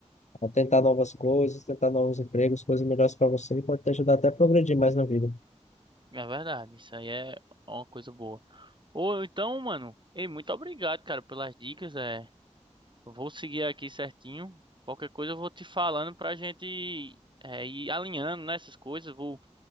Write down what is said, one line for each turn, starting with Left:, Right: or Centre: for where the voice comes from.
Left: ah, tentar novas coisas, tentar novos empregos, coisas melhores para você e pode te ajudar até a progredir mais na vida.
Right: É verdade, isso aí é uma coisa boa. Ou então, mano, ei, muito obrigado, cara, pelas dicas. É, eu vou seguir aqui certinho. Qualquer coisa eu vou te falando pra gente é, ir alinhando, né, essas coisas. Vou